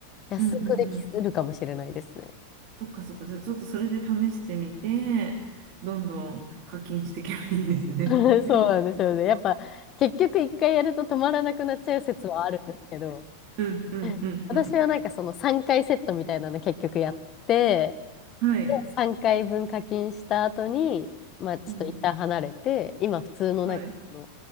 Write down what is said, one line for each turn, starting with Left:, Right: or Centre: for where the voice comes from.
Left: 安くできるかもしれないですね。
Right: うんうんうん。そっかそっか。じゃあちょっとそれで試してみて、どんどん課金していけばいいんですね。
Left: <laughs>
Right: <laughs>
Left: そうなんですよね。やっぱ、結局一回やると止まらなくなっちゃう説はあるんですけど、
Right: うんうんうんうん。
Left: <laughs> 私はなんかその3回セットみたいなの結局やって、
Right: はい。
Left: 3回分課金した後に、まあちょっと一旦離れて、
Right: うん。
Left: 今普通のなんかあの、
Right: はい。